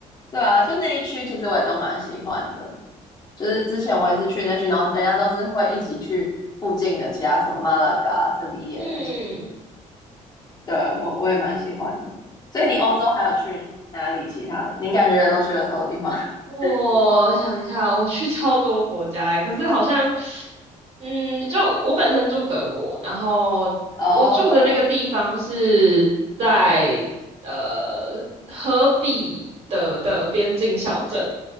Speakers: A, on the left (about 30°); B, on the right (about 50°).
A: 对啊，就那一区其实我也都蛮喜欢的，就是之前我也是去那区，然后人家都是会一起去附近的其他什么马拉嘎、塞维耶那些，
B: 嗯，
A: 对，我我也蛮喜欢的。所以你欧洲还有去哪里其他的？你感觉也都去了超多地方？<laughs>
B: 我想一下，我去超多国家欸，可是好像，嗯，就我本身住德国，然后我住的那个地方是在呃荷比得的边境小镇。
A: 哦，